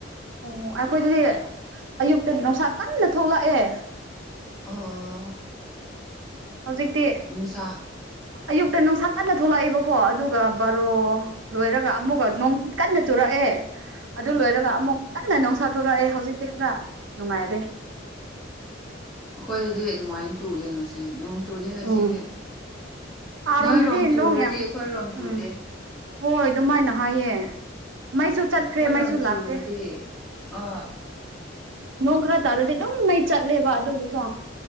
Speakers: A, on the right (about 90°); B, in the centre.
A: ꯑꯣ ꯑꯩꯈꯣꯏꯗꯗꯤ ꯑꯌꯨꯛꯇ ꯅꯨꯡꯁꯥ ꯀꯟꯅ ꯊꯣꯛꯂꯛꯑꯦ
B: ꯑꯣ
A: ꯍꯧꯖꯤꯛꯇꯤ
B: ꯅꯨꯡꯁꯥ
A: ꯑꯌꯨꯛꯇ ꯅꯨꯡꯁꯥ ꯀꯟꯅ ꯊꯣꯛꯂꯛꯑꯦꯕꯀꯣ ꯑꯗꯨꯒ ꯕꯥꯔꯣ ꯂꯣꯏꯔꯒ ꯑꯃꯨꯛꯀ ꯅꯣꯡ ꯀꯟꯅ ꯆꯨꯔꯛꯑꯦ ꯑꯗꯨ ꯂꯣꯏꯔꯒ
B: ꯑꯥ
A: ꯑꯃꯨꯛ ꯀꯟ ꯅ ꯅꯨꯡꯁꯥ ꯊꯣꯛꯂꯛꯑꯦ ꯍꯧꯖꯤꯛꯇꯤ ꯈꯔ ꯅꯨꯡꯉꯥꯏꯔꯦ
B: ꯑꯩꯈꯣꯏꯗꯤ ꯑꯗꯨꯃꯥꯏꯟ ꯆꯨꯗꯦ ꯉꯁꯤ ꯁꯤ ꯅꯣꯡ ꯆꯨꯗꯦ ꯉꯁꯤꯗꯤ
A: ꯎꯝ ꯑꯥꯔꯣꯝꯗꯗꯤ
B: ꯅꯣꯏꯔꯣꯝ ꯆꯨꯔꯗꯤ
A: ꯅꯣꯡ ꯌꯥꯝ
B: ꯑꯩꯈꯣꯏꯔꯣꯝ
A: ꯎꯝ
B: ꯆꯨꯗꯦ
A: ꯍꯣꯏ ꯑꯗꯨꯃꯥꯏꯅ ꯍꯥꯏꯌꯦ ꯃꯩꯁꯨ ꯆꯠꯈ꯭ꯔꯦ
B: ꯑꯩꯈꯣꯏꯔꯣꯝ
A: ꯃꯩꯁꯨ
B: ꯆꯨꯔꯗꯤ
A: ꯂꯥꯛꯇꯦ
B: ꯑ
A: ꯅꯣꯡ ꯈꯔ ꯇꯥꯔꯗꯤ ꯑꯗꯨꯝ ꯃꯩ ꯆꯠꯂꯦꯕ ꯑꯗꯨꯒꯤꯀꯣ